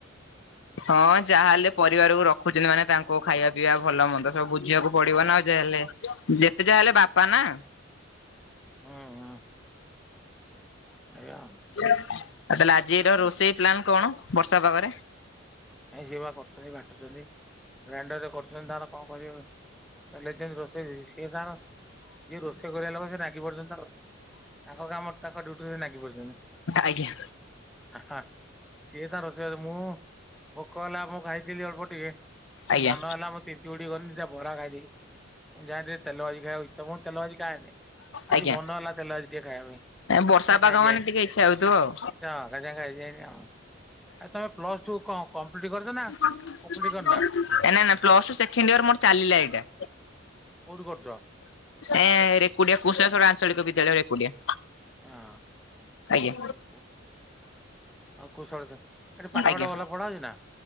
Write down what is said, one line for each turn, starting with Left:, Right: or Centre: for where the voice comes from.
Left: ହଁ ଯାହାହେଲେ ପରିବାରକୁ ରଖୁଛନ୍ତି ମାନେ ତାଙ୍କୁ ଖାଇବା ପିଇବା ଭଲ ମନ୍ଦ ସବୁ ବୁଝିବାକୁ ପଡିବ ନା ଆଉ ଯାହାହେଲେ ଯେତେ ଯାହା ହେଲେ ବାପା ନା।
Centre: ହୁଁ ହୁଁ। ଆଜ୍ଞା।
Left: ଆଉ ତାହେଲେ ଆଜିର ରୋଷେଇ ପ୍ଲାନ କଣ ବର୍ଷା ପାଗରେ।
Centre: କାଇଁ ସିଏବା କରୁଛନ୍ତି ବା ବାଣ୍ଟୁଛନ୍ତି। ଗ୍ରାଇଣ୍ଡର ରେ କରୁଛନ୍ତି ତାଙ୍କର କଣ କରିବେ ଚଲେଇଛନ୍ତି ରୋଷେଇ ସିଏ ତାଙ୍କର ଯିଏ ରୋଷେଇ କରିବା ଲୋକ ସେ ନାଗିପଡ଼ିଛନ୍ତି ତାଙ୍କର ତାଙ୍କ କାମରେ ତାଙ୍କ ଡ୍ୟୁଟିରେ ନାଗି ପଡିଛନ୍ତି।
Left: ଆଜ୍ଞା
Centre: ଆ ହା ସିଏ ତାର ରୋଷେଇବାସ ମୁଁ ଭୋକ ହେଲା ମୁଁ ଖାଇଥିଲି ଅଳ୍ପ ଟିକେ ପୁଣି
Left: ଆଜ୍ଞା
Centre: ମନ ହେଲା ମୁଁ ତିନ୍ତିଗୁଡ଼ି ଗଲି ଦିଟା ବରା ଖାଇଦେଇ ମୁଁ ଯାଏଁ ଟିକେ ତେଲ ଭାଜି ଖାଇବା ଇଚ୍ଛା। ମୁଁ ତେଲ ଭାଜି ଖାଏନି,
Left: ଆଜ୍ଞା।
Centre: ଆଜି ମନ ହେଲା ତେଲ ଭାଜି ଦିଏ ଖାଇବା ପାଇଁ,
Left: ବର୍ଷା
Centre: ଟିକେ
Left: ପାଗ
Centre: ଖାଇ
Left: ମାନେ
Centre: ଦେଇଆଇଲି
Left: ଟିକେ ଇଚ୍ଛା ହଉଥିବ ଆଉ
Centre: ଇଚ୍ଛା ହେଲା ଦିଟା ଖାଇଦେଇ ଆଇଲି ଆଉ ଆ ତମେ ପ୍ଲସ ଟୁ କଣ କମ୍ପ୍ଲିଟ କରିଛ ନା?
Left: ନାଁ
Centre: କମ୍ପ୍ଲିଟ କରିନା
Left: ନାଁ ପ୍ଲସ ଟୁ ସେକେଣ୍ଡ ଇୟର ମୋର ଚାଲିଲା ଏଇଟା।
Centre: କୋଉଠୁ କରୁଛ?
Left: ଏ ରେକୁଡିଆ କୁଶଳେଶ୍ୱର ଆଞ୍ଚଳିକ ବିଦ୍ୟାଳୟ ରେକୁଡିଆ
Centre: ହଁ।
Left: ଆଜ୍ଞା
Centre: ଆଉ କୁଶଲେଶ୍ୱର ଏଠି ପାଠ
Left: ଆଜ୍ଞା।
Centre: ଫାଠ ଭଲ ପଢାହଉଛି ନା?